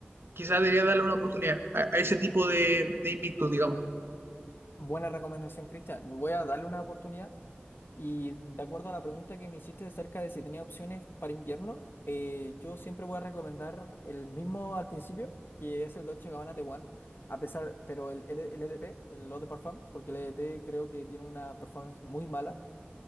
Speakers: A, on the right; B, on the left.
A: Quizás debería darle una oportunidad a, a ese tipo de, de invictos, digamos.
B: buena recomendación, Cristian. Voy a darle una oportunidad. Y de acuerdo a la pregunta que me hiciste acerca de si tenía opciones para invierno, eh, yo siempre voy a recomendar el mismo al principio, que es el Dolce Gabbana de One, a pesar, pero el L- LDP, el Eau de Parfum, porque el LDP creo que tiene una performance muy mala,